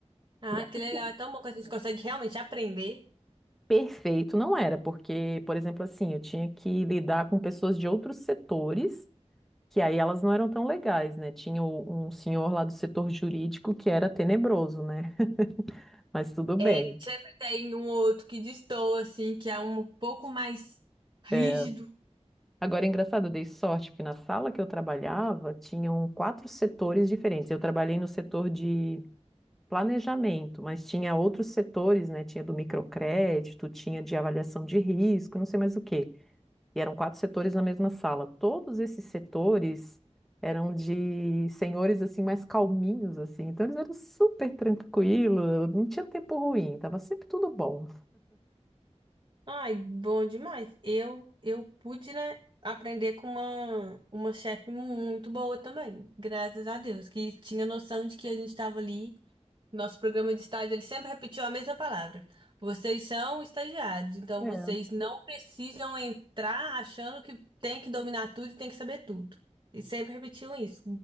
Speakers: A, on the right; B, in the centre.
A: Ah,
B: Né,
A: que
B: assim,
A: legal. É tão bom que a gente consegue realmente aprender.
B: Perfeito não era, porque, por exemplo, assim, eu tinha que lidar com pessoas de outros setores, que aí elas não eram tão legais, né? Tinha o- um senhor lá do setor jurídico que era tenebroso, né? Mas tudo bem.
A: É, sempre tem um ou outro que destoa, assim, que é um pouco mais rígido.
B: É, Agora, é engraçado, eu dei sorte, porque na sala que eu trabalhava, tinham quatro setores diferentes. Eu trabalhei no setor de planejamento, mas tinha outros setores, né? Tinha do microcrédito, tinha de avaliação de risco, não sei mais o quê. E eram quatro setores na mesma sala. Todos esses setores eram de senhores, assim, mais calminhos, assim. Então, eles eram super tranquilos, não tinha tempo ruim, tava sempre tudo bom.
A: Ai, bom demais. Eu, eu pude, né, aprender com uma, uma chefe muito boa também, graças a Deus, que tinha noção de que a gente estava ali. Nosso programa de estágio, ele sempre repetiu a mesma palavra. Vocês são estagiários, então
B: É.
A: vocês não precisam entrar achando que tem que dominar tudo e tem que saber tudo. E sempre repetiam isso.